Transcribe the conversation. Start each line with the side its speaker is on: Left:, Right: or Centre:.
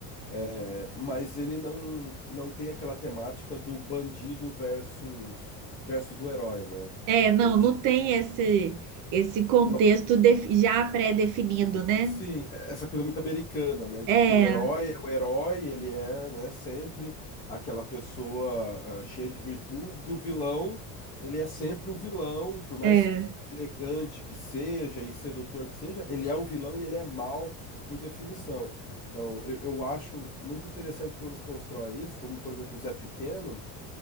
Left: É, mas ele não, não tem aquela temática do bandido versus versus o herói, né?
Right: é, não,
Left: Onde
Right: não tem esse esse contexto
Left: não-
Right: def- já pré-definido, né?
Left: Sim, essa coisa muito americana, né? De
Right: É,
Left: que o herói é o herói, ele é, né, sempre aquela pessoa ah, cheia de virtudes, e o vilão, ele é sempre o vilão, por mais
Right: é,
Left: elegante que seja e sedutor que seja, ele é o vilão e ele é mal por definição. Então, eu, eu acho muito interessante como eles constroem isso, como, por exemplo, o Zé Pequeno,